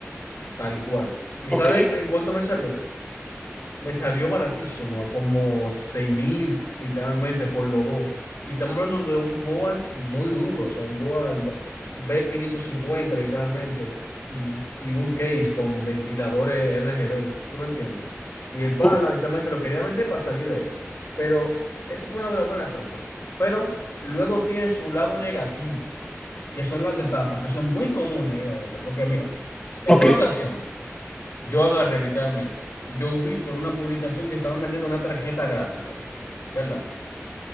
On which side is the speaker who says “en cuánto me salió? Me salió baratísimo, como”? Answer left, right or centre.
Left